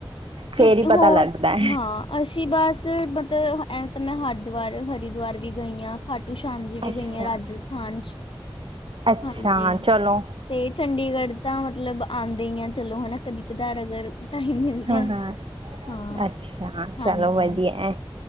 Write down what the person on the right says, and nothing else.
ਫੇਰ ਈ ਪਤਾ
ਲੱਗਦੈ।
ਅੱਛਾ
ਅੱਛਾ
ਚਲੋ
ਹਾਂ-ਹਾਂ,
ਅੱਛਾ
ਚਲੋ ਵਧੀਆ ਐ,